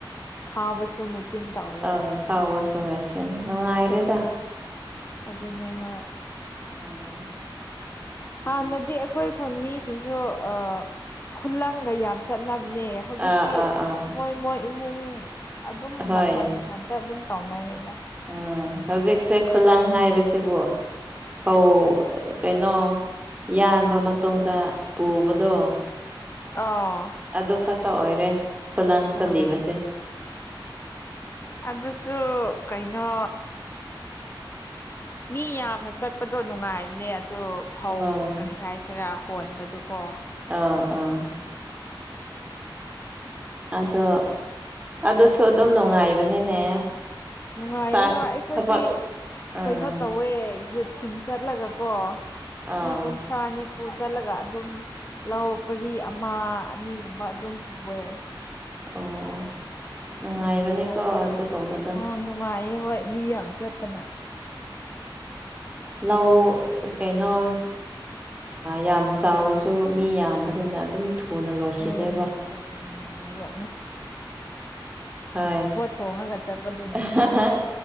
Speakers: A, on the left; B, on the right.
A: ꯈꯥꯎꯕꯁꯨ ꯃꯦꯆꯤꯟ ꯇꯧꯔꯦꯕ
B: ꯑꯥ ꯈꯥꯎꯕꯁꯨ ꯃꯦꯆꯤꯟ ꯅꯨꯡꯉꯥꯏꯔꯦꯗ
A: ꯑꯗꯨꯅꯦ ꯍꯣꯏ
B: ꯑꯝ
A: ꯍꯥꯟꯅꯗꯤ ꯑꯩꯈꯣꯏ ꯈꯨꯟ ꯃꯤꯁꯤꯡꯁꯨ ꯑ ꯈꯨꯂꯪꯒ ꯌꯥꯝ ꯆꯠꯅꯕꯅꯦ ꯍꯧꯖꯤꯛꯇꯤ
B: ꯑꯥ ꯑꯥ ꯑꯥ
A: ꯃꯣꯏ ꯃꯣꯏ ꯏꯃꯨꯡ ꯑꯗꯨꯝ
B: ꯍꯣꯏ
A: ꯃꯊ ꯊꯟꯇ ꯑꯗꯨꯝ ꯇꯧꯅꯔꯦꯗ
B: ꯎꯝ ꯍꯧꯖꯤꯛꯁꯦ ꯈꯨꯂꯪ ꯍꯥꯏꯕꯁꯤꯕꯨ ꯐꯧ ꯀꯩꯅꯣ ꯌꯥꯟꯕ ꯃꯇꯨꯡꯗ ꯄꯨꯕꯗꯣ
A: ꯑꯣ
B: ꯑꯗꯨ ꯈꯛꯇ ꯑꯣꯏꯔꯦ ꯈꯨꯂꯥꯡ ꯆꯠꯂꯤꯕꯁꯦ
A: ꯎꯝ ꯑꯗꯨꯁꯨ ꯀꯩꯅꯣ ꯃꯤ ꯌꯥꯝꯅ ꯆꯠꯄꯗꯣ ꯅꯨꯡꯉꯥꯏꯕꯅꯦ ꯑꯗꯨ ꯐꯧ
B: ꯑꯣ
A: ꯀꯔꯤ ꯍꯥꯏꯁꯤꯔꯥ ꯍꯣꯟꯕꯗꯨꯀꯣ
B: ꯑꯥ ꯑꯥ ꯑꯗꯣ
A: ꯎꯝ
B: ꯑꯗꯨꯁꯨ ꯑꯗꯨꯝ ꯅꯨꯡꯉꯥꯏꯕꯅꯤꯅꯦ
A: ꯅꯨꯡꯉꯥꯏꯌꯦ
B: ꯆꯥꯛ
A: ꯍꯣꯏ ꯑꯩꯈꯣꯏꯗꯤ
B: ꯊꯕꯛ ꯑꯥ
A: ꯀꯩꯅꯣ ꯇꯧꯋꯦ ꯌꯨꯠꯁꯤꯡ ꯆꯠꯂꯒ ꯀꯣ
B: ꯑꯥ
A: ꯃꯤ ꯀꯨꯟꯊ꯭ꯔꯥꯅꯤ ꯄꯨꯨ ꯆꯠꯂꯒ ꯑꯗꯨꯝ ꯂꯧ ꯄꯔꯤ ꯑꯃ ꯑꯅꯤꯒꯨꯝꯕ ꯑꯗꯨꯝ ꯄꯨꯕꯦ
B: ꯑꯣ ꯑꯣ
A: ꯌꯨꯠꯁꯤꯡꯒꯤ
B: ꯅꯨꯡꯉꯥꯏꯕꯅꯦꯀꯣ
A: ꯐꯠꯗꯃꯛꯇ
B: ꯑꯗꯨꯒꯨꯝꯕꯗꯣ
A: ꯑꯥ ꯅꯨꯡꯉꯥꯏꯌꯦ ꯍꯣꯏ ꯃꯤ ꯌꯥꯝ ꯆꯠꯄꯅ <unintelligible>
B: ꯂ ꯀꯩꯩꯅꯣ ꯌꯥꯝ ꯆꯥꯎꯔꯁꯨ ꯃꯤ ꯌꯥꯝꯕꯅꯤꯅ ꯑꯗꯨꯝ ꯊꯨꯅ ꯂꯣꯏꯁꯤꯜꯂꯦꯕ
A: ꯎꯝ ꯊꯨꯅ ꯅꯨꯡꯉꯥꯏꯌꯦꯕ
B: ꯍꯣꯏ
A: ꯐꯣꯉꯒ ꯆꯠꯄ ꯑꯗꯨ
B: <unintelligible>